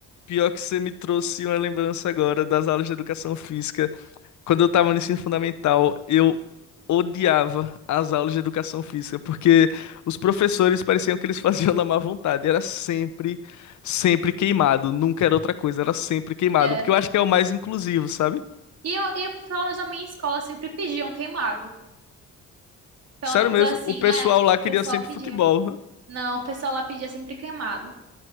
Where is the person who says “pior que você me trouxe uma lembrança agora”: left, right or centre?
Left